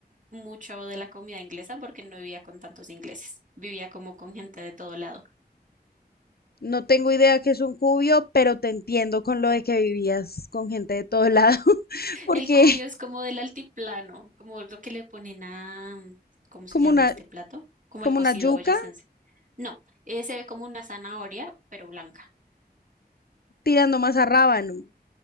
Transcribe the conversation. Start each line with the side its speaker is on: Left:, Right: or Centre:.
Right: mucho de la comida inglesa porque no vivía con tantos ingleses, vivía como con gente de todo lado.
Left: No tengo idea que es un cubio, pero te entiendo con lo de que vivías con gente de todo lado, <laughs> porque
Right: El cubio es como del altiplano, como lo que le ponen a, mm, ¿cómo
Left: como
Right: se llama
Left: una,
Right: este plato? Como
Left: como
Right: el cocido
Left: una yuca
Right: boyacense. No, eh, se ve como una zanahoria, pero blanca.
Left: tirando más a rábano.